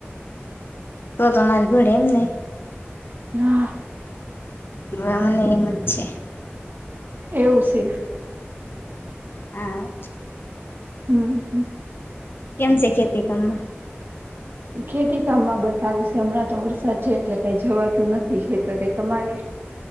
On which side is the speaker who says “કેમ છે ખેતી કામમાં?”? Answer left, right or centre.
Left